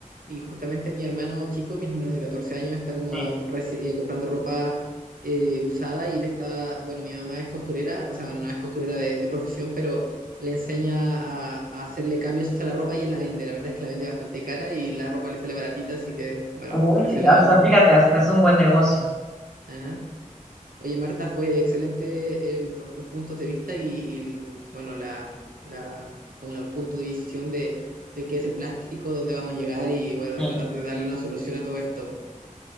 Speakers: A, on the right; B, in the centre.
A: Y justamente mi hermano chico, mi hermano de 14 años, está como
B: sí.
A: reci- eh, comprando ropa eh, usada y le está, bueno, mi mamá es costurera, o sea, no es costurera de, de profesión, pero le enseña a, a hacerle cambios a la ropa y él la vende. La verdad es que la vende bastante cara y la ropa le sale baratita, así que, bueno,
B: Oye,
A: por ese lado.
B: hasta fíjate, hasta es un buen negocio.
A: ajá. Oye, Marta, fue excelente eh, lo- los puntos de vista y, y, bueno, la, la, como el punto de visión de, de qué es el plástico, dónde vamos a llegar y bueno,
B: Sí.
A: tratar de darle una solución a todo esto.